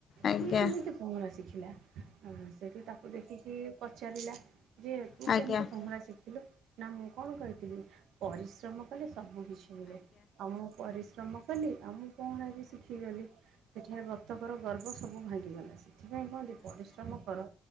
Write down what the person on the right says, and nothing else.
ସେ
କେମିତି ପହଁରା ଶିଖିଲା, ସେଇଠି ତାକୁ ଦେଖିକି ପଚାରିଲା ଯେ
ତୁ କେମିତି ପହଁରା ଶିଖିଲୁ? ନା, ମୁଁ କଣ କହିଥିଲି ପରିଶ୍ରମ କଲେ ସବୁ କିିଛି ମିଳେ। ଆଉ, ମୁଁ ପରିଶ୍ରମ କଲି, ଆଉ ମୁଁ ପହଁରା ବି ଶିଖିଗଲି। ସେଠୁ ଏ ବତକର ଗର୍ବ ସବୁ ଭାଙ୍ଗିଗଲା, ସେ ଏଥିପାଇଁ କୁହନ୍ତି, ପରିଶ୍ରମ କର